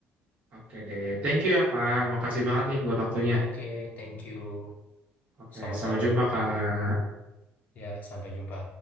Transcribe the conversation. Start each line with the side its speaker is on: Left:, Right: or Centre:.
Right: Oke deh, thank you ya Kak. Makasih banget nih buat waktunya.
Left: Oke, thank you.
Right: Oke,
Left: Sama-sama.
Right: sampai jumpa Kak.
Left: Ya, sampai jumpa.